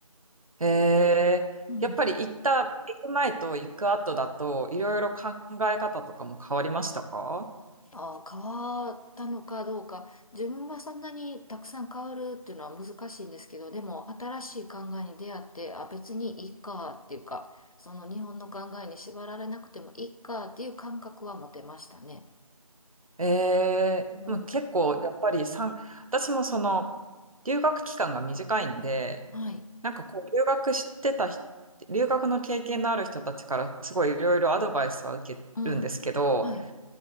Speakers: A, on the right (about 70°); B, on the left (about 70°).
A: へえ、
B: うん。
A: やっぱり行った、行く前と行く後だと、いろいろ考え方とかも変わりましたか
B: あー、変わったのかどうか、自分はそんなにたくさん変わるっていうのは難しいんですけど、でも、新しい考えに出会って、あ、別にいいかっていうか、その日本の考えに縛られなくてもいいかっていう感覚は持てましたね。
A: ええ、
B: うん。
A: もう結構、やっぱりさん、私もその、留学期間が短いんで、
B: はい。
A: なんかこう、留学してた人、留学の経験のある人たちから、すごいいろいろアドバイスは受けるんですけど、
B: うん。はい。